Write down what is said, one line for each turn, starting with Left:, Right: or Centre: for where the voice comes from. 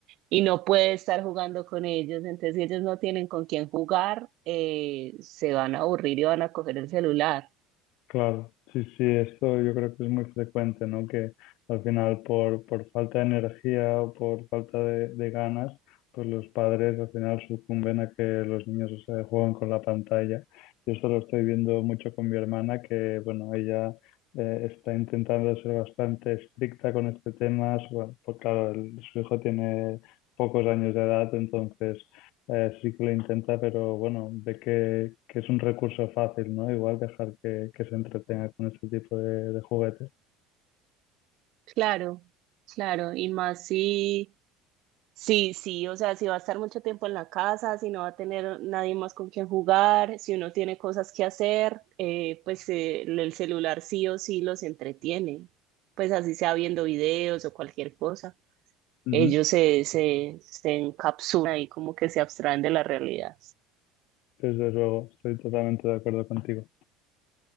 Right: y no puede estar jugando con ellos, entonces si ellos no tienen con quién jugar, eh, se van a aburrir y van a coger el celular.
Left: Claro, sí, sí, esto yo creo que es muy frecuente, ¿no? Que al final por, por falta de energía o por falta de, de ganas, pues los padres al final sucumben a que los niños se juegan con la pantalla. Yo esto lo estoy viendo mucho con mi hermana, que bueno, ella eh, está intentando ser bastante estricta con este tema, su- bueno, pues claro, el- su hijo tiene pocos años de edad, entonces eh, sí que lo intenta, pero bueno, ve que, que es un recurso fácil, ¿no? Igual dejar que, que se entretenga con este tipo de, de juguetes.
Right: Claro, claro, y más si... Sí, sí, o sea, si va a estar mucho tiempo en la casa, si no va a tener nadie más con quien jugar, si uno tiene cosas que hacer, eh, pues eh, el celular sí o sí los entretiene, pues así sea viendo videos o cualquier cosa.
Left: Ujú.
Right: Ellos se, se, se encapsulan y como que se abstraen de la realidad.
Left: Desde luego, estoy totalmente de acuerdo contigo.